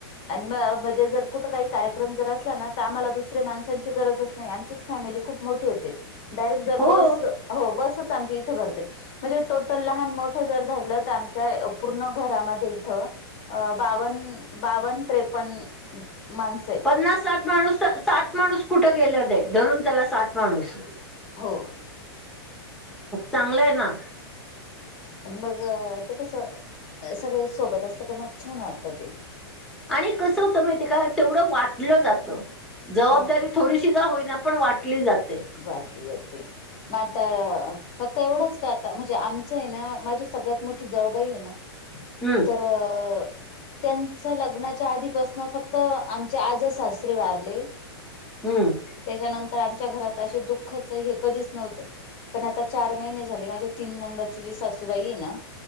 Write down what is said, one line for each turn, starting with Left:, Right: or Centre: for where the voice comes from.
Left: आणि मग म्हणजे जर कुठे काही कार्यक्रम जर असला ना? त आम्हाला दुसऱ्या माणसांची गरजच नाही. आमचीच- फॅमिली खूप मोठी होते. डायरेक्ट जर
Centre: हो.
Left: बस हो बसच आमची इथं भरते. म्हणजे टोटल लहान मोठं जर धरलं तर आमच्या पूर्ण घरामध्ये इथं- अ बावन बावन त्रेपन्न माणस-
Centre: पन्नास साठ माणूस तर, साठ माणूस कुठं गेलं ते? धरून चला साठ माणूस.
Left: हो.
Centre: चांगलंय आहे ना.
Left: मग... ते कसं. सगळे सोबत असलं तर मग छान वाटतं ते.
Centre: आणि कसं होतं माहिती आहे का? तेवढं वाटलं जातं जबाबदारी
Left: वाट
Centre: थोडी थोडीशी का होईना पण वाटली जाते.
Left: वाटली जाते. मग आता फक्त एवढंच का आता? म्हणजे आमचं आहे ना माझी सगळ्यात मोठी जाऊबाई आहे ना
Centre: हम्म.
Left: तरं... त्यांच लग्नाच्या आधीपासन फक्त आमचे आजे सासरे वारले.
Centre: हम्म.
Left: त्याच्यानंतर आमच्या घरात अशे दुःखाच हे कधीच नव्हतं. पण आता चार महिने झाले, माझ्या तीन नंबरची जी सासूबाई आहे ना